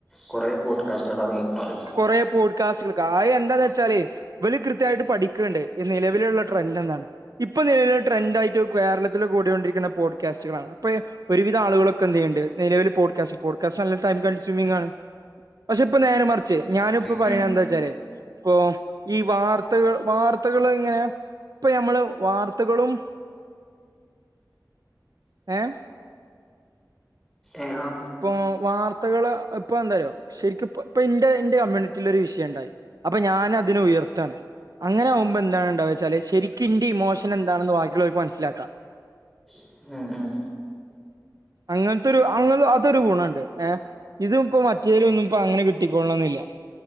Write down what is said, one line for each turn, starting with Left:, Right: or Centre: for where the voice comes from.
Centre: കുറെ പോഡ്കാസ്റ്റുകൾ ഇറങ്ങിക്കണല്ലോ ഇപ്പം.
Right: കൊറെ പോഡ് <unintelligible> ആയി എന്താന്ന് വെച്ചാല് ഇവല് കൃത്യായിട്ട് പഠിക്കണ്ട് ഈ നിലവിലുള്ള ട്രെൻഡ് എന്താണ് ഇപ്പൊ നിലവില് ട്രെൻഡ് ആയിട്ട് കേരളത്തിൽ കൂടിയോണ്ടിരിക്കുന്നെ പോഡ്കാസ്റ്റുകളാണ് അപ്പൊ ഒരുവിധ ആളുകളൊക്കെ എന്ത് ചെയ്യ്ന്നുണ്ട് നിലവിൽ പോഡ്കാസ്റ്റ് പോഡ്‌കാസ്റ്റ് നല്ല ടൈം കൺസ്യൂമിംങ് ആണ് പക്ഷെ ഇപ്പ നേരെ മറിച്ച് ഞാനും ഇപ്പ
Centre: ഉം
Right: പറയണ
Centre: ഉം
Right: എന്താ വെച്ചാല് പ്പം ഈ വാർത്തകൾ വാർത്തകൾ ഇങ്ങനെ ഇപ്പൊ ഞമ്മള് വാർത്തകളും ഏഹ്
Centre: ഏഹ് ആഹ
Right: ഇപ്പൊ വാർത്തകള് ഇപ്പൊ എന്താറിയോ ശരിക്ക് ഇപ്പ ഇന്റെ എന്റെ കമ്മ്യൂണിറ്റീല് ഒരു വിഷയം ഇണ്ടായി അപ്പൊ ഞാനതിനെ ഉയർത്താണ് അങ്ങനെ ആവുമ്പോ എന്താണ് ഇണ്ടാവാ വെച്ചാല് ശരിക്കിന്റെ ഇമോഷൻ എന്താണ് ന്ന് ഭാക്കിയിള്ളോലിക്ക് മനസ്സിലാക്കാം
Centre: ഉം ഉം
Right: അങ്ങനത്തൊരു അങ്ങന അതൊരു ഗുണണ്ട് ഏഹ് ഇതും ഇപ്പോ മറ്റേലും
Centre: ഉം
Right: ഒന്നും ഇപ്പൊ അങ്ങനെ കിട്ടിക്കോളണന്നില്ല